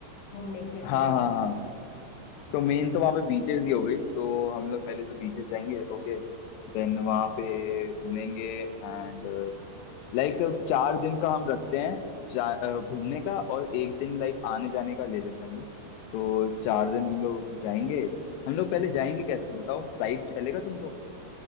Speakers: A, on the left; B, on the left.
A: घूमने के
B: हाँ
A: लिए
B: हाँ हाँ तो मेन तो वहाँ पे बीचेस दी हो गई तो हम लोग पहले तो बीचेस जाएंगे ओके देन वहाँ पे घूमेंगे एंड लाइक चार दिन का हम रखते हैं जा अ, घूमने का और एक दिन लाइक आने जाने का ले लेते हैं हम लोग तो चार दिन हम लोग जाएंगे हम लोग पहले जाएंगे कैसे बताओ फ्लाइट चलेगा तुमको